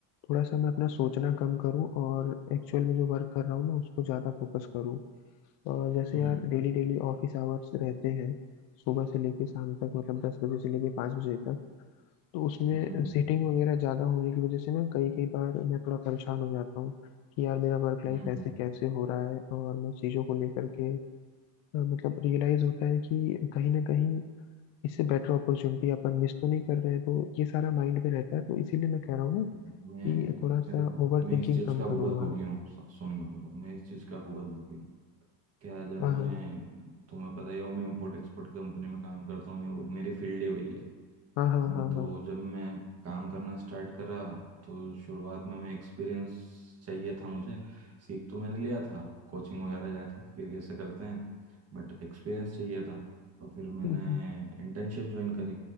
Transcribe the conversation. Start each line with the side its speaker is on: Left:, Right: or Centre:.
Left: थोड़ा सा मैं अपना सोचना कम करूँ और एक्चुअल में जो वर्क कर रहा हूँ ना उसको ज़्यादा फोकस करूँ और जैसे
Right: हम्म
Left: यार डेली डेली ऑफिस आवर्स रहते हैं सुबह से लेके शाम तक मतलब दस बजे से लेके पाँच बजे तक तो उसमें
Right: हम्म
Left: सीटिंग वगैरह ज़्यादा होने की वजह से ना कई कई बार मैं थोड़ा परेशान हो जाता हूँ कि यार मेरा वर्क
Right: हम्म
Left: लाइफ
Right: हम्म,
Left: ऐसे
Right: हम्म।
Left: कैसे हो रहा है और मैं चीज़ों को लेकर के अ, मतलब रियलाइज़ होता है कि कहीं ना कहीं इससे बेटर अपॉर्चुनिटी अपन मिस तो नहीं कर रहे हैं तो ये सारा माइंड में रहता है तो इसीलिए मैं कह रहा हूँ ना
Right: मैं
Left: कि थोड़ा सा
Right: मैं देखो
Left: ओवर
Right: मैं
Left: थिंकिंग
Right: इस चीज़
Left: कम
Right: का भुगत
Left: करूंगा
Right: भोगी हूँ सु- सुन मैं इस चीज़ का भुगत भोगी हूँ। क्या है, जब मैं
Left: हाँ हाँ
Right: तुम्हें पता ही हो मैं इंपोर्ट एक्सपोर्ट कंपनी में काम करता हूँ मैं मेरी फील्ड ही वही है
Left: हाँ हाँ
Right: हाँ,
Left: हाँ
Right: तो
Left: हाँ
Right: जब मैं काम करना स्टार्ट करा तो शुरुआत में मैं एक्सपीरियंस चाहिए था मुझे सीख तो मैंने लिया था कोचिंग वगैरह जाके कि कैसे करते हैं बट एक्सपीरियंस चाहिए था तो फिर मैंने
Left: हम्म, हम्म।
Right: इंटर्नशिप ज्वाइन करी